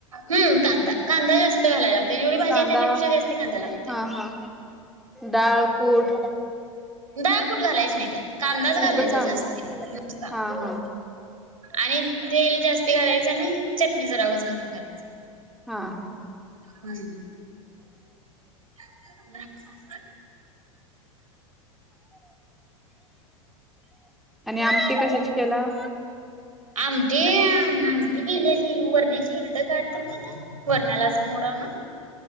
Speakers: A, on the right; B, in the centre.
A: हम कांदा कांदा जास्त घालायला लागत जेवढी भाजी
B: कांदा
A: आहे त्याच्यापेक्षा जास्त कांदा लागततय.
B: हा हा डाळ कूट.
A: डाळकुठ घालायच नाही त्यात, कांदाच घालायचा
B: फक्त कांदा
A: जास्ती नुसता.
B: हा हा
A: आणि तेल जास्त घालायचं, आणि चटणी जरा उगज घालून करायचं.
B: हां हां.
A: हम्म <unintelligible>
B: आणि आमटी कशाची केला.
A: आमटी आमटी केल्या ती वरण्याची इरड काढत नाही आता. वरण्याला असं मोड आणून